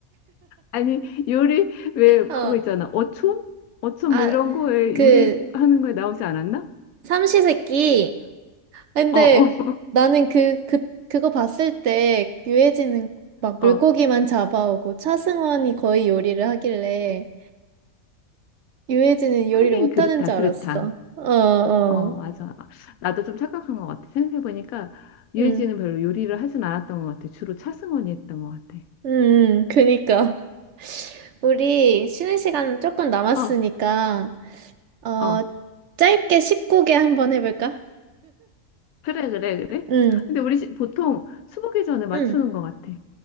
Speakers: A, on the left (about 85°); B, on the right (about 65°).
A: 아니 요리 왜
B: 어.
A: 그거 있잖아 어촌 어촌
B: 아,
A: 뭐 이런 거에
B: 그,
A: 요리하는 거에 나오지 않았나?
B: 삼시세끼. 근데
A: 어어 어, <laughs>
B: 나는 그, 그, 그거 봤을 때 유해진은 막 물고기만
A: 어. 어.
B: 잡아오고 차승원이 거의 요리를 하길래 유해진은 요리를
A: 하긴
B: 못하는
A: 그렇다
B: 줄
A: 그렇다
B: 알았어. 어, 어.
A: 어 맞아 나도 좀 착각한 것 같아 생각해 보니까 유해진은
B: 음.
A: 별로 요리를 하진 않았던 것 같아 주로 차승원이 했던 것 같아
B: 음, 그니까. <laughs> 우리 쉬는 시간 조금 남았으니까,
A: 어
B: 어,
A: 어
B: 짧게 19개 한번 해볼까?
A: 그래 그래 그래
B: 응,
A: 근데 우리 시- 보통 수보개 전에 맞추는
B: 응.
A: 것 같아